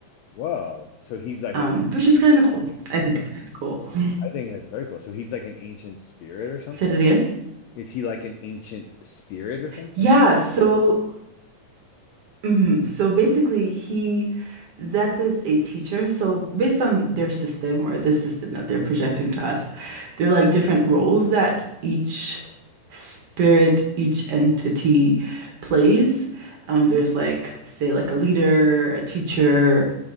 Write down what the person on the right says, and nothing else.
Um,
which is kind of cool. I think it's kind of cool. <laughs>
Say it again.
Yeah, so Mhm. So basically, he Zeth is a teacher. So based on their system or the system that they're projecting to us, there are like different roles that each spirit, each entity plays. Um, there's like, say, like a leader, a teacher,